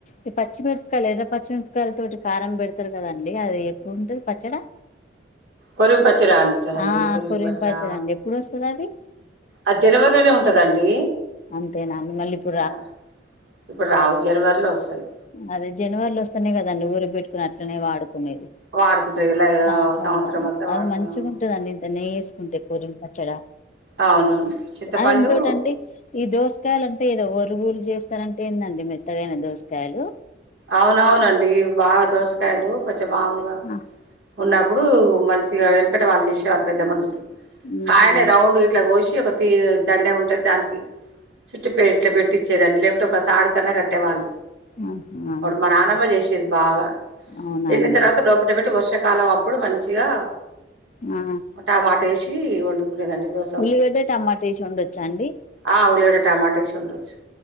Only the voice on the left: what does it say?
ఈ పచ్చిమిరపకాయలు ఎర్ర పచ్చిమిరపకాయల తోటి కారం పెడతారు కదండి అది ఎప్పుడు ఉంటంది పచ్చడా
ఆ
కొరివి పచ్చడి అండి ఎప్పుడు వస్తది అది
అంతే న మళీ ప
అదే జనవరిలో వస్తన్నాయి కదండి ఊరికి పెట్టుకుని అట్లనే వాడు కునేది
సంవత్సరమంతా
అది
మంచిగా ఉంటదండి ఇంత నెయ్యి ఏ కుంటే కూరిం పచ్చడా
ఆ ఇంకోటండి ఈ దోసకాయలు అంత ఏదో వొరు బురు చేస్తారంటా ఏందండి మెత్తగైన దోసకాయలు
అ
ఉహు
ఆహా
అవునా
అండి
ఆ
ఉల్లిగడ్డ టమాటా ఏసి వండొచ్చా అండి